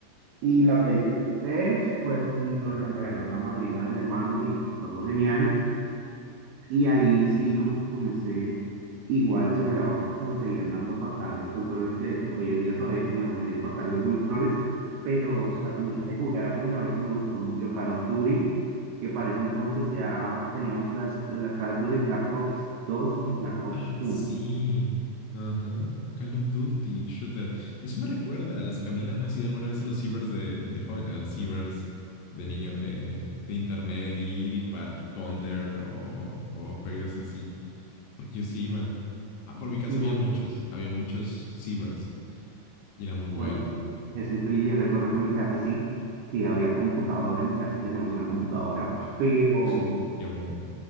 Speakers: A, on the right; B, on the left.
A: Y la PlayStation tres pues nos la regaló la madrina de mi hermano y todo genial. Y ahí sí, como que comencé, igual se me daba, se me seguían dando fatal los controles. De hecho, hoy en día todavía se me dan medio fatal los controles, pero
B: <laughs>
A: también le jugué la primera vez y me gustó mucho Call of Duty, que para ese entonces ya teníamos las, la Call of Duty Black Ops dos y Black Ops
B: Ah,
A: uno
B: sí. Ajá. Call of Duty, Shooter. Eso me recuerda a las cabinas. ¿Has ido alguna vez a los cibers de, de joven, a los cibers de niño, eh, de internet, ir y jugar Counter o, o juegos así? Porque yo sí iba. Ah, por mi casa
A: No,
B: había muchos, había muchos cibers y era muy bueno.
A: bueno, eso influye. Yo recuerdo que en mi casa sí, sí había computadora, en mi casa teníamos una computadora,
B: Ah,
A: pero
B: <laughs> qué bueno.